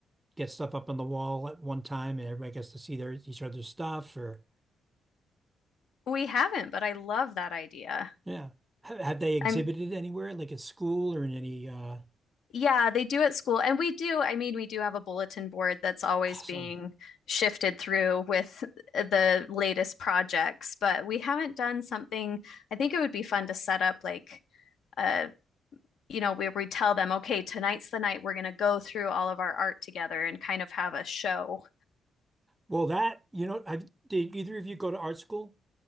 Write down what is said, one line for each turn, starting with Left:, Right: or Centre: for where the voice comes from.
Right: get stuff up on the wall at one time and everybody gets to see their each other's stuff or
Left: We haven't, but I love that idea.
Right: yeah. Ha- Have they exhibited
Left: I'm
Right: anywhere, like at school or in any uh
Left: Yeah, they do at school. And we do, I mean, we do have a bulletin board that's always
Right: awesome.
Left: being shifted through with the latest projects, but we haven't done something. I think it would be fun to set up like uh, you know, where we tell them, okay, tonight's the night we're going to go through all of our art together and kind of have a show.
Right: Well, that, you know, I, did either of you go to art school?